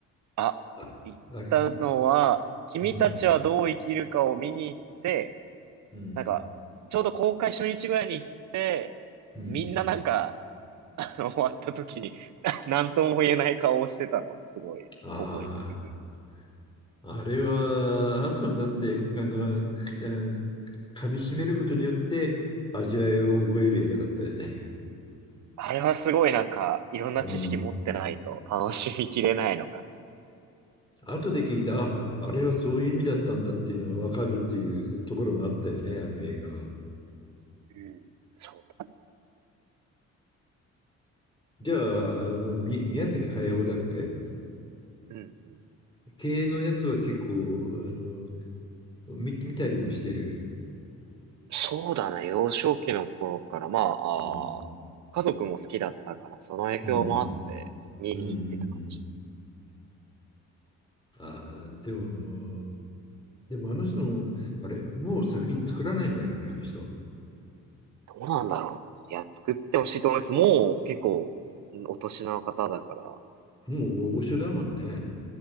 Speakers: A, on the right; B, on the left.
A: あ、
B: あ、
A: 言ったのは、
B: あ、
A: 君たちはどう生きるかを見に行って、
B: うん、うん、
A: なんか、ちょうど公開初日ぐらいに行って、
B: うん。
A: みんななんか、あの、終わった時に、<laughs> ななんとも言えない顔をしてたのはすごい覚えてる。
B: ああ。あれは後になってあのくあの噛み締めることによって味わいを覚える映画だったよね。
A: あれはすごいなんか、いろんな知識持ってないと楽しみきれないのかな。
B: うん。後で聞いた、あ、あれはそういう意味だったんだっていうのが分かるっていうところもあったよね、あの映画は。
A: うん、そうだ。
B: じゃあ、あの、み、宮崎駿だっけ
A: うんうん。
B: 系のやつは結構、あの、見、見たりもしてる。
A: そうだね、幼少期の頃から、まあ、
B: うん。
A: あー家族も好きだったから、その影響もあって、
B: うんうん。
A: 見に行ってたかもしれ
B: うんうんうん。ああ、でも、でもあの人も、あれ、もう作品作らないんだっけ、あの人。
A: ない。どうなんだろうね。いや、作ってほしいと思います。もう結構、うんお年の方だから、
B: もう大御所だもんね。